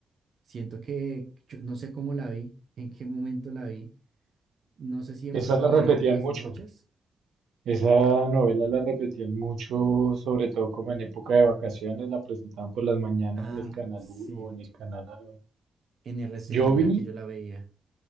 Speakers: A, on the right; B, on the right.
A: siento que yo no sé cómo la vi, en qué momento la vi. No sé si de
B: esa
A: pronto
B: la
A: la
B: repetían
A: dieron en las
B: mucho,
A: noches.
B: esa novela la repetían mucho, sobre todo como en época de vacaciones, la presentaban por las mañanas
A: Ah,
B: en el Canal
A: sí,
B: uno o en el Canal... A.
A: en RCN
B: Yo
A: era
B: vi
A: que yo la veía.